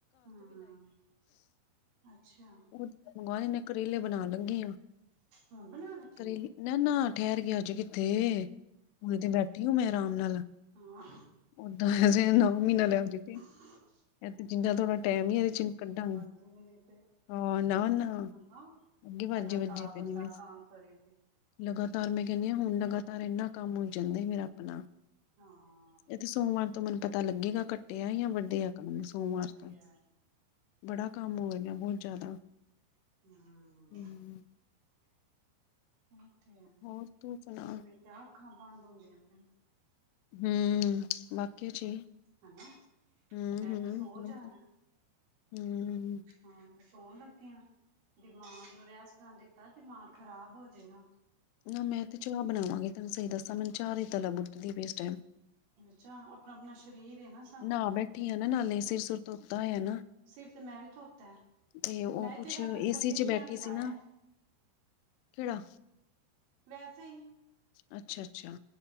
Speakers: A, on the right; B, on the left.
A: ਹੂੰ ਅੱਛਾ।
B: <unintelligible> ਮੰਗਵਾਏ ਨੇ ਕਰੇਲੇ ਬਣਾਨ ਲੱਗੀ ਆ।
A: ਹੁਣ ਬਣਾਨ ਲਗੀ
B: ਕਰੇਲੇ
A: ਐ
B: ਨਾ ਨਾ ਠਹਿਰ ਗਿਆ ਅੱਜ ਕਿੱਥੇ ਹੁਨ ਤੇ ਬੈਠੀ ਹੂੰ ਮੈਂ ਆਰਾਮ ਨਾਲ
A: ਹਾਂ
B: ਓਦਾਂਜੇ ਨੌ ਮਹੀਨਾ ਲਿਆਓ ਜ ਤੇ <unintelligible>
A: ਹਾਂ। <unintelligible>
B: ਇਹ ਤੇ ਜਿੰਨਾ ਤੁਹਾਡਾ ਟਾਈਮ ਹੀ ਏਦੇ ਇਹਦੇ ਚਿੰਨ ਕੱਢਾਂਗੇ। <unintelligible>
A: ਓਹੀ ਨਹੀਂ ਤੇ
B: ਹਾਂ ਨਾ ਨਾ
A: ਹਨਾ
B: ਅੱਗੇ ਵਾਜੇ
A: ਲਗਾਤਾਰ
B: ਵੱਜੇ ਪਏ
A: ਬੰਦਾ
B: ਨੇ ਮੇਰੇ
A: ਕਾਮ ਕਰੇ
B: ਲਗਾਤਾਰ ਮੈਂ ਕਹਿੰਨੀ ਆਂ ਹੁਣ ਲਗਾਤਾਰ ਇਨਾ ਕੰਮ ਹੋ ਜਾਂਦਾ ਮੇਰਾ ਆਪਣਾ
A: ਹਾਂ
B: ਇਹ ਤੇ ਸੋਮਵਾਰ ਤੋਂ ਮੈਨ ਪਤਾ ਲੱਗੇਗਾ ਘੱਟੇਆ ਯਾ ਵੱਡੇ ਆ ਕੰਮ ਸੋਮਵਾਰ
A: ਵਧੀਆ
B: ਬੜਾ ਕੰਮ ਹੋ ਰਿਹੀਆਂ <unintelligible> ਬਹੁਤ ਜ਼ਿਆਦਾ
A: ਹਮ
B: ਹੂੰ
A: ਇਹ ਤੇ ਹੈ
B: ਹੋਰ ਤੂੰ ਸੁਣਾ
A: ਮੇਰੀ ਤਾਂ ਆ ਅੱਖਾਂ ਬੰਦ ਹੁੰਦੀਆਂ ਪ
B: ਹਮ ਵਾਕੇ ਚ ਹੀ
A: ਹਨਾ
B: ਹਮ
A: ਮੈਂ
B: ਹਮ
A: ਤਾਂ ਸੋ
B: ਹਮ
A: ਜਾਣਾ
B: ਮ
A: ਹਾਂ ਤੇ ਸੋਣ ਲੱਗੇ ਆਂ ਦਿਮਾਗ ਨੂੰ ਰੈਸਟ ਨਾ ਦਿੱਤਾ ਦਿਮਾਗ ਖ਼ਰਾਬ ਹੋਜੇਗਾ
B: ਨਾ ਮੈਂ ਤੇ ਚਾਹ ਬਣਾਵਾਂਗੀ ਤਨੂੰ ਸਹੀ ਦੱਸਾਂ ਮੈਨੂੰ ਚਾਹ ਦੀ ਤਲਬ ਉੱਟਦੀ ਇਸ ਟੈਮ
A: ਅਛਾ ਅਪਣਾ ਅਪਣਾ ਸ਼ਰੀਰ ਏ ਨਾ ਸਭ
B: ਨਹਾ
A: ਦਾ
B: ਬੈਠੀ ਆ ਨਾ ਨਾਲੇ ਸਿਰ ਸੁਰ ਧੋਤਾ ਹੋਇਆ ਨਾ
A: ਸਿਰ ਤੇ ਮੈਂ ਵੀ ਧੋਤਾ ਐ
B: ਤੇ ਉਹ
A: ਮੈਂ
B: ਕੁਛ
A: ਤੇਰਾ
B: ਏਸੀ
A: ਕੰਨ ਕੰਡੀਸ਼ਨਰ
B: ਚ ਬੈਠੀ
A: ਈ
B: ਸੀ
A: ਲਾਇਆ
B: ਨਾ ਕਿਹੜਾ
A: ਵੈਸੇ ਈ
B: ਅੱਛਾ ਅੱਛਾ